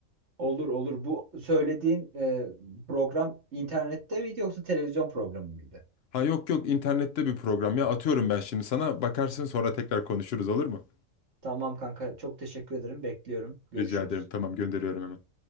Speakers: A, on the right; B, on the left.
A: Olur olur. Bu söylediğin e, program internette miydi yoksa televizyon programı mıydı?
B: Ha yok yok internette bir program ya atıyorum ben şimdi sana bakarsın sonra tekrar konuşuruz olur mu?
A: Tamam kanka çok teşekkür ederim. Bekliyorum. Görüşürüz.
B: Rica ederim tamam gönderiyorum hemen.